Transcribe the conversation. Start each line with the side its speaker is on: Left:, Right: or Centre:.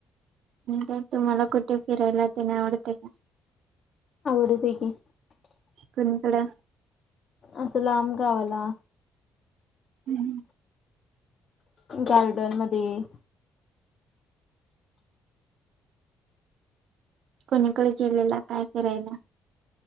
Right: का तुम्हाला कुठे फिरायला ते नाही आवडते का
Left: डते कि
Right: कु णीकडे
Left: अससला आम कावला
Right: हम्
Left: गार्डन मध्ये
Right: कोणीकडे गेलेला काय करायला